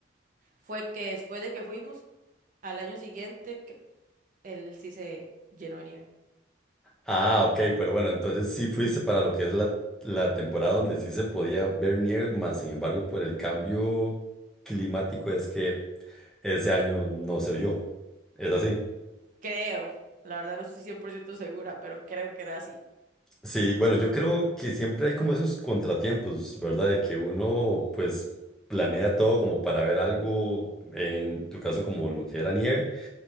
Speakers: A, on the right; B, in the centre.
A: fue que después de que fuimos, al año siguiente, cre- él sí se llenó de nieve.
B: Ah, ok, pero bueno, entonces sí fuiste para lo que es la, la temporada donde sí se podía ver nieve, más sin embargo, por el cambio climático es que ese año no se vio. ¿Es así?
A: Creo, la verdad no estoy 100% segura, pero creo que era así.
B: Sí, bueno, yo creo que siempre hay como esos contratiempos, ¿verdad? De que uno pues planea todo como para ver algo, en tu caso como lo que era nieve,